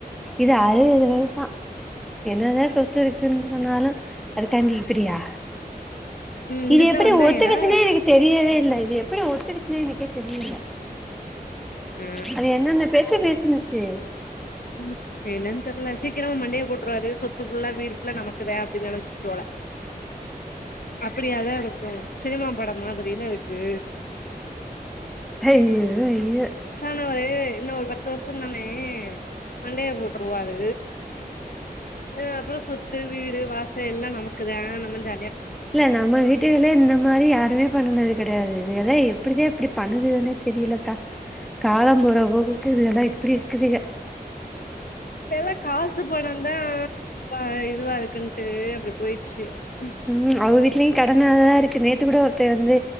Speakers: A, in the centre; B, on the left.
A: இது
B: ம்
A: அறுவது வயசா என்னதா சொத்து இருக்குன்னு சொன்னாலு அதுக்காண்டி இப்படியா
B: இங்கிட்லா
A: இது எப்படி
B: வந்தாய்ங்களா
A: ஒத்துகிசின்னே எனக்கு தெரியவே இல்ல எப்படி ஒத்துகிச்னே எனக்கே தெரியல்ல
B: ஆ
A: அது என்னன்ன பேச்சு பேசினு சி
B: உம் என்னனு தெர்ல சீக்கிரம மண்டய போ ட்ருவாரு சொத்து ஃபுல்லா வீடு ஃபுல்லா நமக் க்குதே அப்டி நெனச்சிச்சோ அப்படியாதா இருக்கு சினிமா பட மாதிரியில இரு க்கு
A: ஐயோ ஐயோ
B: இன்னும் ஒரு ஒரு இன்ன ஒரு பத்து வருஷம் தானே மண்டைய போட்டுருவாரு அஹ் அப்புறம் சொத்து வீடு வாச எல்லா நமக்குதா நம்மள்கு
A: இல்ல நம்ம வீட்டுகளே இந்த மாரி யாருமே பண்ணுனது கெடையாது இது அத எப்படிதான் அப்படி பண்ணுதுன்னே தெரியல தா காலம் போற போகுக்கு இதுகல்லாம் இப்டி இருக்குதுங்க
B: இப்ப எல்ல காசு பணம்தான் ஆஹ் இதுவா இதுவா இருக்குன்ட்டு அப்படி போயிடுச்சு ம்
A: உம் அவக வீட்லயு கட நல்லா இருக்கு நேத்து கூட ஒருத்த வந்து